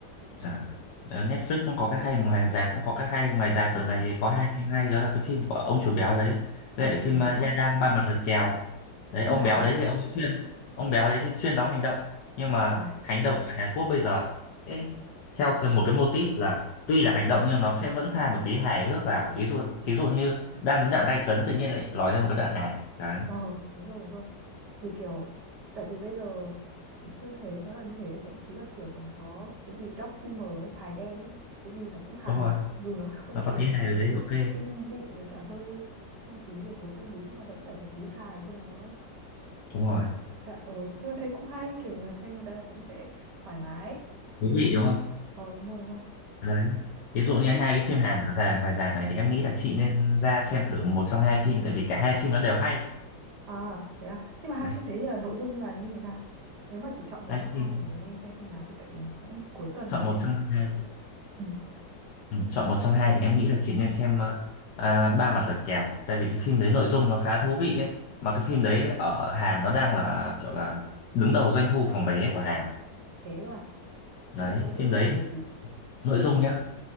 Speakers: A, on the left; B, on the right.
A: À, ờ, Netflix cũng có cái hay mà ngoài rạp cũng có cái hay ngoài rạp
B: ờ
A: đợt này thì có hai phim hay đó là cái phim của ông chủ béo đấy với
B: ông
A: lại
B: chú
A: phim
B: béo
A: ờ, Gia
B: à
A: Đang ba mặt lật kèo đấy
B: phim
A: ông
B: hài
A: béo đấy
B: à
A: thì ông ấy chuyên ông béo đấy thì chuyên đóng hành động nhưng mà
B: à
A: hành động ở Hàn Quốc bây giờ sẽ theo cái- một cái mô típ là tuy là hành động nhưng nó sẽ vẫn pha một tí hài hước vào ví dụ thí dụ như đang đến đoạn gay cấn tự nhiên lại nói ra một cái đoạn hài đấy
B: ờ đúng rồi đúng rồi thì kiểu tại vì bây giờ xu thế nó là như thế thậm chí là kiểu còn có cái gì dark humor ấy hài đen ấy cái gì nó cũng hài
A: đúng rồi
B: dù nó <laughs> hơi
A: nó có
B: kiểu
A: tí hài vào đấy ok
B: kinh dị với cả hơi mang tính yếu tố tâm lý nhưng mà vẫn phải có tí hài cho nó
A: đúng
B: Dự-
A: rồi
B: Dạ, ừ. Nhưng mà thấy cũng hay kiểu người xem người ta cũng sẽ thoải mái
A: thú
B: chứ
A: vị
B: không
A: đúng
B: bị
A: không
B: ờ đúng rồi đúng rồi
A: Đấy. Ví dụ như
B: Thế-
A: hai cái phim Hàn được ra ngoài rạp này thì em nghĩ là chị nên ra xem thử một trong hai phim tại vì cả hai phim nó đều hay.
B: à thế à nhưng mà hai
A: Đấy.
B: phim đấy là nội dung là như thế nào nếu mà chỉ chọn một
A: Hai
B: trong
A: phim
B: hai thì mình nên xem phim nào thì tại vì mình cũng cuối tuần
A: chọn
B: hay
A: một trong hai.
B: ừ.
A: Ừ, chọn một trong hai thì em nghĩ là chị nên xem ờ, à, Ba Mặt Lật Kèo tại vì cái phim đấy nội dung nó khá thú vị ấy. Mà cái phim đấy ở Hàn nó đang là kiểu là đứng đầu doanh thu phòng vé của Hàn.
B: Thế à,
A: Đấy,
B: phim này nội
A: phim
B: dung
A: đấy
B: là về gì?
A: nội dung nhá.